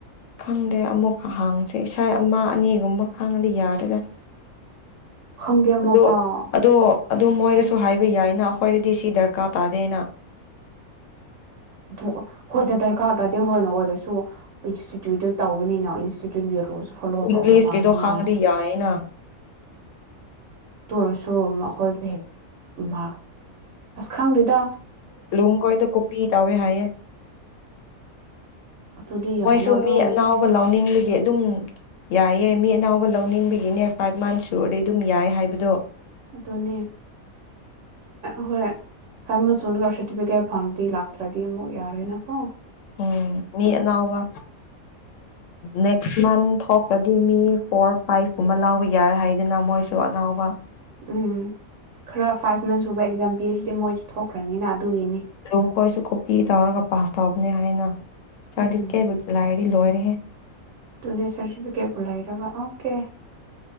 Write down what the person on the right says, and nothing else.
ꯈꯪꯗꯦ ꯑꯃꯐꯥꯎ
ꯑꯗꯨ ꯍꯣꯏꯗ ꯗꯔꯀꯥꯔ ꯇꯥꯔꯗꯤ ꯍꯣꯏꯅ ꯑꯣꯏꯔꯁꯨ ꯏꯟꯁꯇꯤꯇ꯭ꯌꯨꯠꯇ ꯇꯧꯕꯅꯤꯅ ꯏꯟꯁꯇꯤꯇ꯭ꯌꯨꯠ ꯌ ꯐꯣꯂꯣ
ꯇꯧꯕ ꯇꯥꯔꯦꯅ
ꯑꯗꯨ ꯑꯣꯏꯔꯁꯨ ꯑꯩꯈꯣꯏ ꯕꯦꯛ ꯃꯥꯔ ꯑꯁꯈꯪꯗꯨꯗ
ꯑꯗꯨꯗꯤ
ꯌꯥꯏꯅ ꯑꯗꯨ
ꯑꯗꯨꯅꯦ ꯍꯣꯏ ꯐ ꯁꯣꯒ ꯁꯥꯔꯇꯤꯐꯤꯀꯦꯠ ꯐꯪꯕꯗꯤ ꯂꯥꯛꯇ꯭ꯔꯗꯤ ꯑꯃꯨꯛ ꯌꯥꯔꯣꯏꯅꯀꯣ
ꯎꯝ ꯈꯔ ꯐꯥꯏꯚ ꯃꯟꯁ ꯁꯨꯕ ꯑꯦꯛꯖꯥꯝ ꯄꯤꯔꯗꯤ ꯃꯣꯏꯁꯨ ꯊꯣꯛꯈ꯭ꯔꯅꯤꯅ ꯑꯗꯨꯒꯤꯅꯤ
ꯎꯝ
ꯑꯗꯨꯅꯦ ꯁꯥꯔꯇꯤꯐꯤꯀꯦꯠꯄꯨ ꯂꯩꯔꯕ ꯑꯣꯀꯦ